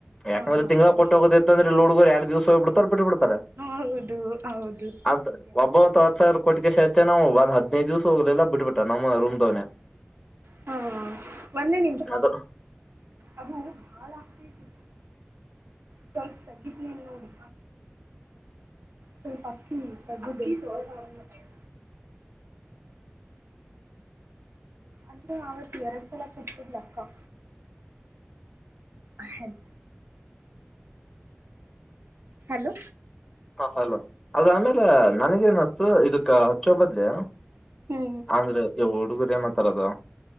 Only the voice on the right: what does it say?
ಹಾ ಹಾ
ಹಾ
ಹೌದು ಹೌದು
ಹಂಗೆ ಆಗ್ತೈತಿ
ಹಾ ಒಂದೇ ನಿಮಿಷ
ಅದು ಅಳ ಆಗ್ತತೇತಿ ಸ್ವಲ್ಪ ತಗಿತಿನಿ ನೋಡು ಸ್ವಲ್ಪ ಅಕ್ಕಿ ತಗದು ಅಕ್ಕಿ ತೋಳದ ಅದ ಮೇಲೆ ಅಂದ್ರೆ ಅವತ್ ಎರಡು ಸಲ್ ಕೊಟ್ಟಿದಲ ಅಕ್ಕ ಹ ಹೆಲ್ಪ್ ಹಲೋ
ಹ್ಮ್